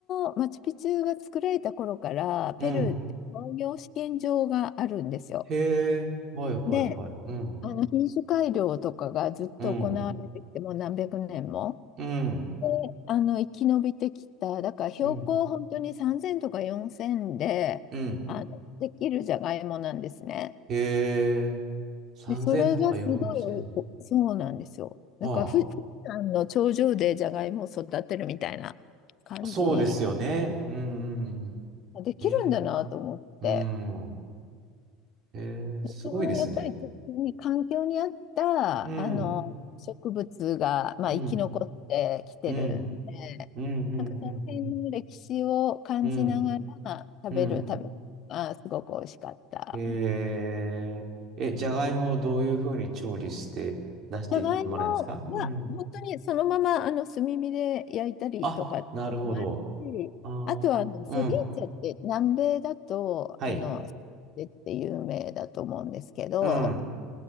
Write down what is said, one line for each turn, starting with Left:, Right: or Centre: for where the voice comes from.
Left: のマチュピチュが作られた頃から、
Right: うん。
Left: ペルーって農業試験場があるんですよ。
Right: へえ。はいはいはい。
Left: で、
Right: うん。
Left: あの品種改良とかがずっと行われてきて、
Right: うん。
Left: もう何百年も。
Right: うん。
Left: で、あの生き延びてきた、だから標高本当に3000とか4000であのできるじゃがいもなんですね。
Right: うん。うん。へえ。3000とか4000。
Left: で、それがすごいおい、おそうなんですよ。なんかふ富士山の頂上でじゃがいもを育てるみたいな感じ
Right: はあ。そうですよね。うん。うんうん
Left: できるんだなと思って。
Right: へえ。うん。へえ。すごいですね。
Left: そのやっぱりちょに環境に合ったあの植物が、
Right: うん。
Left: まあ、
Right: うん。
Left: 生き残ってきてるんで、
Right: うん。うん。うん。
Left: なんかその辺の歴史を感じながら食べる食べ物がすごく美味しかった。
Right: うん。うん。うんへえ。え、じゃがいもをどういうふうに調理して出してもらえるんですかうん。
Left: じゃがいもは本当にそのままあの炭火で焼いたりとかっていうのもあるし、
Right: あ、なるほど。ああ、
Left: あとはあのセビーチェって南米だとあのセビーチェって有名だと思うんですけど、
Right: うん。はい。うん。